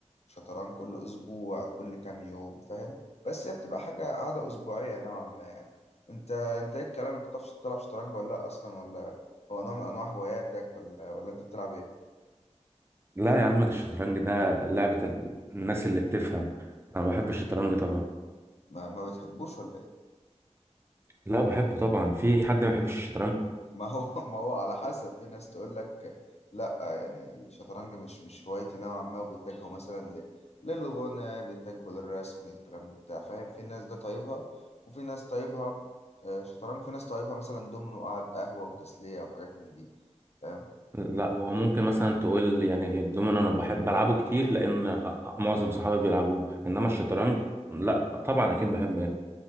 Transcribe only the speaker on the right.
لا يا عم ده الشطرنج ده لعبة ال- الناس اللي بتفهم انا بحب الشطرنج طبعا
لا بحبه طبعا في حد ما بيحبش الشطرنج
لا هو ممكن مثلا تقول يعني الدومينو انا بحب بلعبه كتير لان أ- أ- معظم صحابي بيلعبوه انما الشطرنج لا طبعا اكيد بحبه يعني